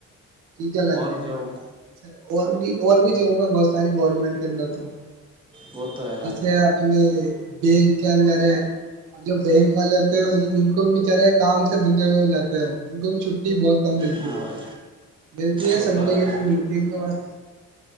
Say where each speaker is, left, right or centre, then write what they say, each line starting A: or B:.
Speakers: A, on the right (about 85°); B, on the right (about 15°).
A: ٹیچر لگنے
B: اور جو
A: میںتا ہے جیسے اور بھی اور بھی ج میں بہت ساری گورنمنٹ ل تو <unintelligible>
B: وہ تو ہے بھائی
A: جیسے اپ نے بینک کے اندر ہے اور جو بینک والے ہوتے ہیں ان بچارے کام سے بندے ہو جاتے ہو ان کو بھی چھٹی بہت کم ملتی
B: ہاں
A: ہے
B: بھائی
A: ملتی
B: وہ
A: سنڈے
B: تو ہے بھائی
A: کے دن ملتی ہے ان کے پاس